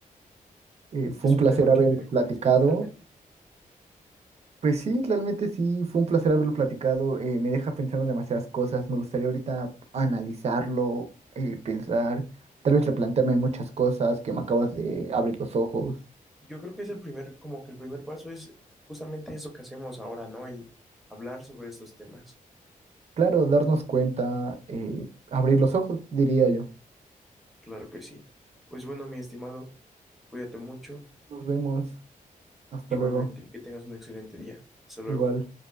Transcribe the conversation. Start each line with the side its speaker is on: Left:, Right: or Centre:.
Right: Eh, fue
Centre: es
Right: un
Centre: un
Right: placer
Centre: tema
Right: haber
Centre: que me dejó
Right: platicado.
Centre: pensando realmente.
Right: Pues sí, realmente sí, fue un placer haberlo platicado. eh, me deja pensando demasiadas cosas. Me gustaría ahorita analizarlo, eh, pensar, tal vez replantearme muchas cosas que me acabas de abrir los ojos.
Centre: Y yo creo que es el primer, como que el primer paso es justamente eso que hacemos ahora, ¿no? El hablar sobre estos temas.
Right: Claro, darnos cuenta, eh, abrir los ojos, diría yo.
Centre: Claro que sí. Pues bueno, mi estimado, cuídate mucho.
Right: Nos vemos. Hasta
Centre: Igualmente,
Right: luego.
Centre: que tengas un excelente día. Hasta luego.
Right: Igual.